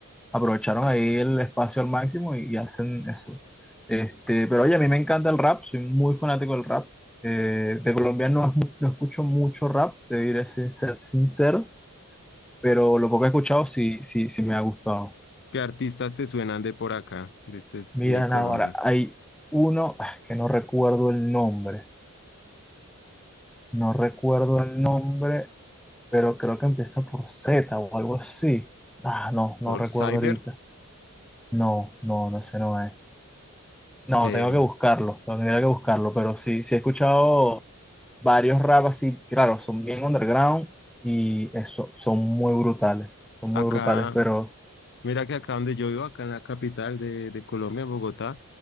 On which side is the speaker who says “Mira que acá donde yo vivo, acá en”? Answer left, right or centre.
Left